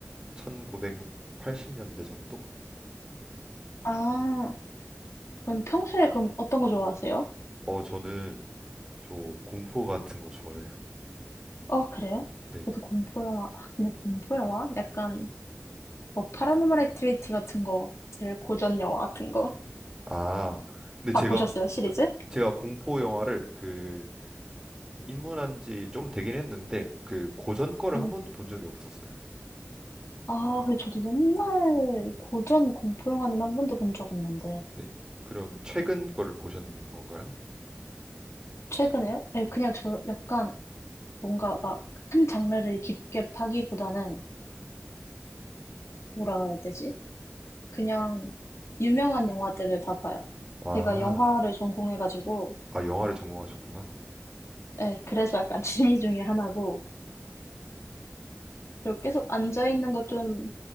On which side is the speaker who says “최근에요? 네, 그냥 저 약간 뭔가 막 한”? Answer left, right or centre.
Left